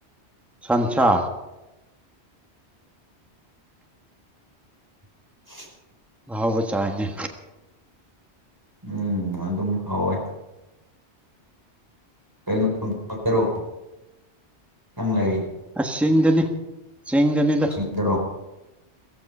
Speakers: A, in the centre; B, on the right.
A: ꯁꯟꯁꯥ
B: <inaudible>
A: ꯑꯥꯍꯥꯎꯕ ꯆꯥꯏꯅꯦ
B: ꯎꯝ ꯑꯗꯨꯝ ꯍꯥꯎꯋꯦ ꯀꯩ ꯃꯊꯦꯜ ꯆꯥꯒꯦꯔꯣ ꯅꯪ ꯂꯩ
A: ꯑꯁ ꯆꯤꯡꯗꯅꯦ ꯆꯤꯡꯗꯅꯤꯗ
B: ꯆꯤꯡꯗꯔꯣ